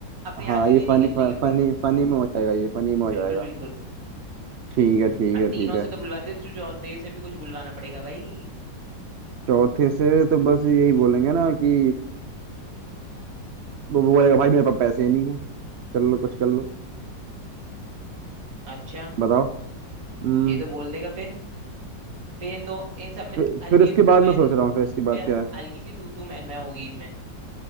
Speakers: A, on the right; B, on the right.
A: अपने
B: हाँ
A: आखिरी
B: ये
A: दिन
B: फनी
A: ही गिरने ही होगी
B: फनी फनी में हो जाएगा ये फनी में हो
A: बिल्कुल
B: जाएगा
A: बिल्कुल
B: ठीक है ठीक
A: अब
B: है
A: तीनों
B: ठीक
A: से
B: है
A: तो बुलवाते तो चौथे से भी कुछ बुलवाना पड़ेगा भाई
B: चौथे से तो बस यही बोलेंगे ना कि वो वो बोलेगा भाई मेरे पास पैसे ही नहीं है कर लो कुछ कर लो
A: अच्छा
B: बताओ हम्म
A: ये तो बोल देगा फिर फिर इन दो इन सब में
B: फिर
A: हल्की
B: फिर उसके
A: सी तू तू
B: बाद
A: मैं
B: मैं सोच रहा हूँ फिर इसके बाद
A: फिर
B: क्या है
A: हल्की सी तू तू मैं मैं होगी इनमें